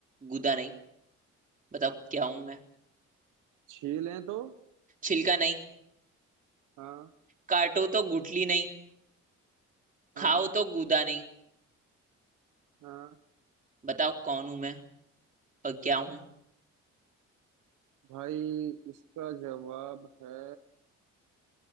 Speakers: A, on the right; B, on the right.
A: गुदा नहीं बताओ क्या हूं मैं
B: छीलें तो
A: छिलका नहीं
B: हाँ
A: काटो तो गुठली नहीं खाओ
B: हाँ
A: तो गूदा नहीं
B: हाँ
A: बताओ कौन हूं मैं और क्या हूं
B: भाई इसका जवाब है